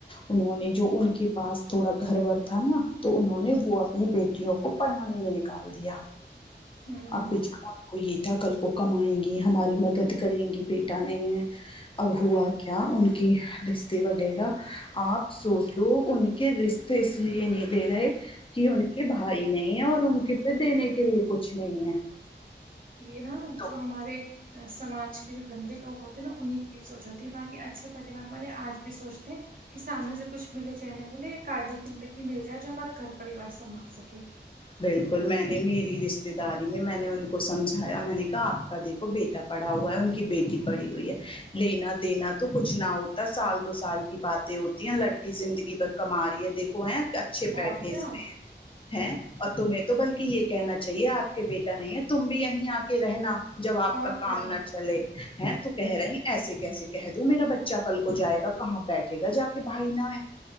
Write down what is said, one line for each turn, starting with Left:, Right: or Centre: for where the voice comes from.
Left: انہوں نے جو ان کے پاس تھوڑا گھر ور تھا نا تو انہوں نے وہ اپنی بیٹیوں کو پڑھانے میں نکال دیا
Right: ہوں
Left: اب بیچ ک کو یہ تھا کل کو کمائیں گی ہماری مدد کریں گی بیٹا نہیں ہے اب ہوا کیا ان کی رشتے وغیرہ آپ سوچو ان کے رشتے تواس لیے دیرے کہ ان کے بھائی نہیں ہے اور ان کے پہ دینے کے لیے کچھ نہیں ہے
Right: یہ نا
Left: تو
Right: جو ہمارے سماج کے جو گندے لوگ ہوتے ہیں نا انہیں کی یہ سوچ ہوتی ہے باقی اچھے پریوار والے آج بھی سوچتے کہ سامنے سے کچھ ملے چاہے نہ ملے ایک آدے کی لڑکی مل جائے جو ہمارا گھر پریوار سنبھال سکے
Left: بالکل میں نے میری رشتے داری میں میں نے ان کو سمجھایا میں نے کہا آپ کا دیکھو بیٹا پڑا ہوا ہے ان کی بیٹی پڑی ہوئی ہے لینا دینا تو کچھ نہ ہوتا سال دو سال کی بات ہوتی ہیں لڑکی زندگی بھر کما رہی ہے دیکھو ہے اچھے
Right: اور
Left: پیکج
Right: کیا
Left: پہ ہے اور تمہیں تو بلکہ یہ کہنا چاہیے آپ کے بیٹا نہیں ہے تم بھی یہیں آ کے رہنا جب آپ
Right: اور
Left: کا کام
Right: کیا
Left: نہ چلے ہیں تو کہہ رہے ہیں ایسے کیسے کہہ دوں میرا بچہ کل کو جائے گا کہاں بیٹھے گا جا کے بھائی نہ ہے